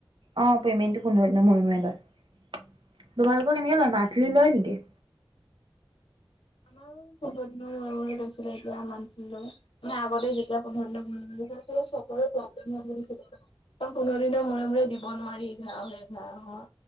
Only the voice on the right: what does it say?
অ পেমেণ্টটো পোন্ধৰ দিনৰ মূৰে মূৰে লয় তোমালোকৰ কেনেকে লয় মা্থলি লয় নেকি।